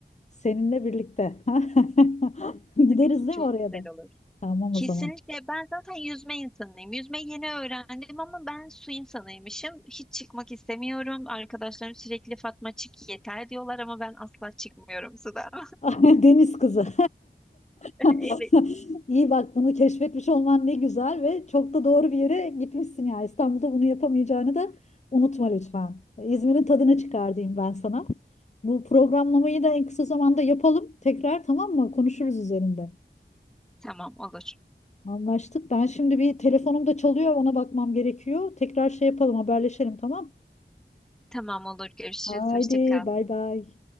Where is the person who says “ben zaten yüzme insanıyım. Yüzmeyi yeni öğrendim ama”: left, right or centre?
Centre